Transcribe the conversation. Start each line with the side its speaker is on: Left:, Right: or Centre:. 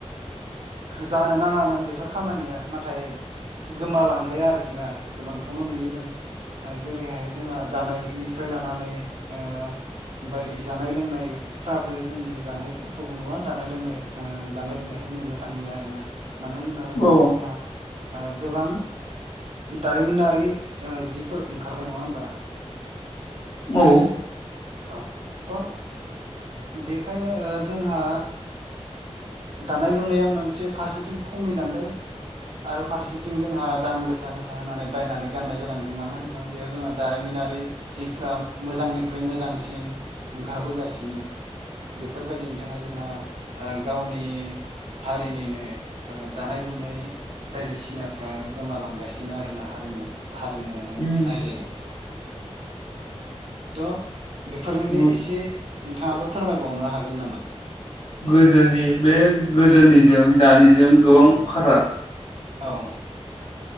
Right: जानो नाङामोन बेफोर खामानिया नाथाय गोमालांबाय आरोखि ना गोबांखौनो नुयो जों जेरैहाय जोंहा दानायनिफ्राय लानानै ओ बायदि जानाय लोंनाय फ्राबो जों जानायफोरखौबो नुवा दानाय लोंनाय दानाय औ लोंनायखौबो नुनो थांलिया आरोना ।मानो होनना बुङोब्ला
Left: औ
Right: जोंहा ओ गोबां दारिमिनारि जिफोर ओंखारबाय नङा होमबा
Left: औ
Right: औ थ' बेखायनो जोंहा दानाय लुनाया मोनसे फारसेथिं खमायलांदों आरो फारसेथिं जोंहा दाम गोसा गोसा होनानै बायनानै गाननाय जालांदों मानो होनोबा बेयाव जोंहा दारिमिनारि जिफ्रा मोजांनिख्रुइ मोजांसिन ओंखारबोगासिनो बेफोरबायदिनि थाखाय जोंहा गावनि हारिनिनो ओ दानाय लुनाय बायदिसिनाफ्रा गोमालांगासिनो आरोना हारिमु हारिमु
Left: उम
Right: आयदायाव थ बेफोरनिनो
Left: गो-
Right: एसे नोंथाङाबो फोरमायबावनो हागोन नामा
Left: गोदोनि बे गोदोनिजों दानिजों गोबां फाराग
Right: औ